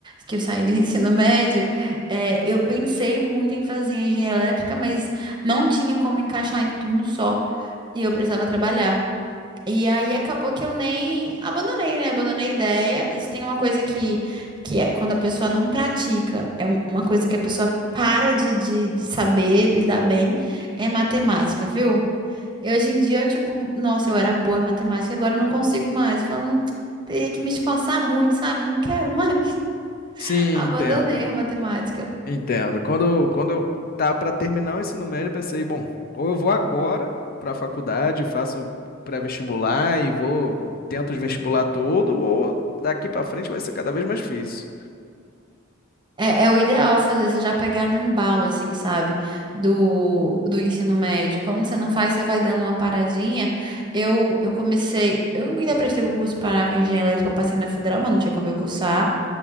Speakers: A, on the right; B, on the left.
A: que eu saí do <laughs> ensino médio, eh, eu pensei muito em fazer engenharia elétrica, mas não tinha como encaixar em um turno só, e eu precisava trabalhar. E aí acabou que eu nem abandonei, né? Abandonei a ideia. E se tem uma coisa que, que é quando a pessoa não pratica, é um- uma coisa que a pessoa para de, de, de saber lidar bem, é matemática, viu? E hoje em dia eu, tipo, nossa, eu era boa em matemática, agora eu não consigo mais. Falando, "Hum, teria que me esforçar muito, sabe? Não quero mais.
B: Sim,
A: <laughs> Abandonei
B: entendo.
A: a matemática.
B: Entendo. Quando, quando eu tá para terminar o ensino médio, eu pensei, bom, ou eu vou agora para a faculdade, faço pré-vestibular e vou, tento os vestibular todo, ou daqui para frente vai ser cada vez mais difícil.
A: É, é o ideal fazer, você já pegar no embalo, assim, sabe? Do, do ensino médio. Quando você não faz, você vai dando uma paradinha. Eu, eu comecei, eu ainda prestei concurso para para engenharia elétrica, eu passei na federal, mas não tinha como eu cursar.